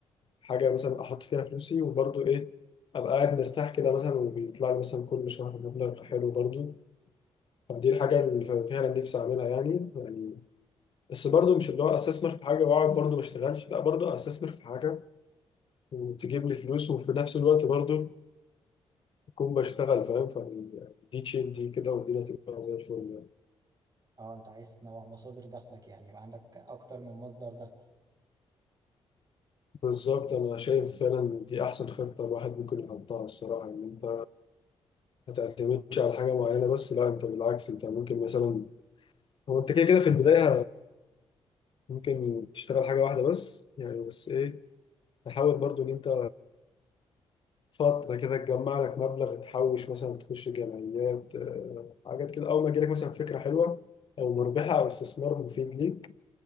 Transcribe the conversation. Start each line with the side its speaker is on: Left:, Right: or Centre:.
Left: حاجه مثلا احط فيها فلوسي وبرضه ايه ابقى قاعد مرتاح كده مثلا وبيطلع لي مثلا كل شهر مبلغ حلو برضه فدي الحاجه اللي ف- فعلا نفسي اعملها يعني يعني بس برضه مش اللي هو استثمر في حاجه واقعد برضه ما اشتغلش لا برضه استثمر في حاجه وتجيب لي فلوس وفي نفس الوقت برضه اكون بشتغل فاهم فدي تشيل دي كده ودي هتبقى زي الفل يعني
Right: اه انت عايز تنوع مصادر دخلك يعني يبقى عندك اكتر من مصدر دخل
Left: بالظبط انا شايف فعلا دي احسن خطه الواحد ممكن يحطها الصراحه ان انت ما تعتمدش على حاجة معينة بس لا انت بالعكس انت ممكن مثلا هو انت كده كده في البداية ممكن تشتغل حاجة واحدة بس يعني بس ايه تحاول برضو ان انت فترة كده تجمع لك مبلغ تحوش مثلا تخش جمعيات آه، حاجات كده أول ما يجيلك مثلا فكرة حلوة أو مربحة أو استثمار مفيد ليك